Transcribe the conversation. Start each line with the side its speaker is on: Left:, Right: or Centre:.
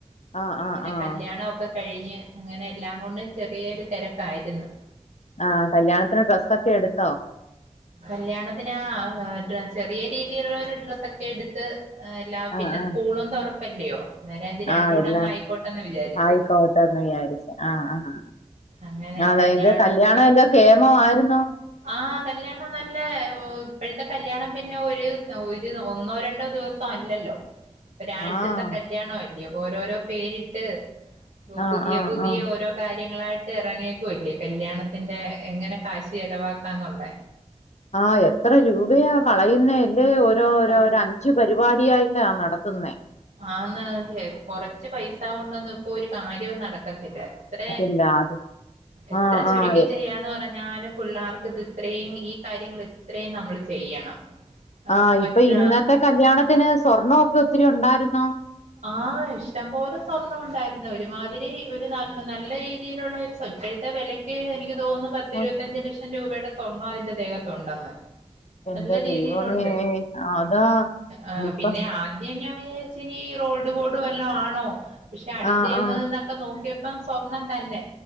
Left: ആഹ്
Right: ഇങ്ങനെ
Left: ആഹ് ആഹ്
Right: കല്യാണ ഒക്കെ കഴിഞ്ഞ് അങ്ങനെ എല്ലാം കൊണ്ടും ചെറിയൊരു തെരക്കായിരുന്നു
Left: ആഹ് കല്യാണത്തിന് ഡ്രസ്സൊക്കെ എടുത്തോ
Right: കല്യാണത്തിന് ആഹ് ചെറിയ രീതിയിലുള്ള ഒരു ഡ്രസ്സൊക്കെ എടുത്ത് അ എല്ലാം
Left: ആഹ്
Right: പിന്നെ
Left: ആഹ്
Right: സ്കൂളും തുറപ്പല്ലയോ അന്നേരം ഇത് രണ്ടൂടങ്ങ്
Left: ആഹ് എല്ലാം
Right: ആയിക്കോട്ടെന്ന് വിചാരിച്ച്
Left: ആയിക്കോട്ടന്ന വിചാരിച്ച ആഹ് ആ
Right: അങ്ങനെ
Left: അതായത്
Right: കല്യാണത്തിനും
Left: കല്യാണം എന്താ കേമം ആയിരുന്നോ
Right: ആഹ് കല്യാണം നല്ല ഇപ്പോഴത്തെ കല്യാണം പിന്നെ ഒരു ഒരു ഒന്നോ രണ്ടോ ദിവസം അല്ലല്ലോ ഒരാഴ്ചത്തെ
Left: ആഹ്
Right: കല്യാണവല്ലെയോ ഓരോരോ പേരിട്ട്
Left: ആഹ്
Right: പുതിയ
Left: ആഹ്
Right: പുതിയ
Left: ആഹ്
Right: ഓരോ കാര്യങ്ങളായിട്ട് ഇറങ്ങിയേക്കുവല്ലെയോ കല്യാണത്തിന്റെ എങ്ങനെ കാശ് ചെലവാക്കാന്നുള്ളേ
Left: ആ എത്ര രൂപയാ കളയുന്നെല്ലേ ഓരോ ഓരോ
Right: ഓ
Left: അ അഞ്ച് പരിപാടിയായിട്ടാ നടത്തുന്നത്
Right: ആന്ന് കൊറച്ച് പൈസ കൊണ്ടൊന്നും ഇപ്പൊ ഒരു കാര്യവും നടക്കത്തില്ല എത്ര
Left: ഇല്ല അത്
Right: എത്ര
Left: ആഹ്
Right: ചുരുക്കി
Left: ആഹ്
Right: ചെയ്യാന്ന് പറഞ്ഞ പറഞ്ഞാലും പിള്ളേർക്ക് ഇത് ഇത്രയും ഈ കാര്യങ്ങൾ ഇത്രയും നമ്മൾ ചെയ്യണം അത്
Left: ആഹ്
Right: മറ്റ
Left: ഇപ്പൊ ഇന്നത്തെ കല്യാണത്തിന് സ്വർണൊക്കെ ഒത്തിരി ഉണ്ടായിരുന്നോ
Right: ആഹ് ഇഷ്ടം പോലെ സ്വർണം ഉണ്ടായിരുന്നു ഒരുമാതിരി ഒരു നല്ല നല്ല രീതിയിലുള്ള ഇപ്പഴത്തെ വെലയ്ക്ക് എനിക്ക് തോന്നുന്നു പത്തിരുപത്തഞ്ച്
Left: ഓഹ്
Right: ലക്ഷം രൂപയുടെ സ്വർണ്ണം അതിന്റെ ദേഹത്തുണ്ടെന്ന്
Left: എന്റെ
Right: നല്ല രീതിയിലുണ്ട്
Left: ദൈവമേ അതാ
Right: അ
Left: ഇപ്പൊ
Right: പിന്നെ ആദ്യം ഞാൻ വിചാരിച്ച് ഇനി റോൾഡ് ഗോൾഡ് വല്ലോ ആണോ പക്ഷെ അടുത്ത്
Left: ആഹ്
Right: ചെന്ന്
Left: ആഹ്
Right: നിന്നപ്പോ നോക്കിയപ്പം സ്വർണം തന്നെ